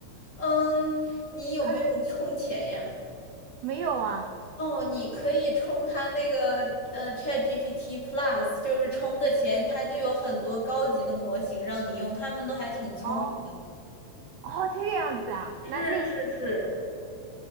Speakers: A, on the left; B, on the right.
A: 嗯，你有没有充钱呀？
B: 可能没有啊。
A: 哦，你可以充它那个呃 ChatGPT Plus，就是充个钱，它就有很多高级的模型让你用，他们都还挺聪明的。
B: 哦哦，这个样子啊？
A: 是是是，
B: 那你让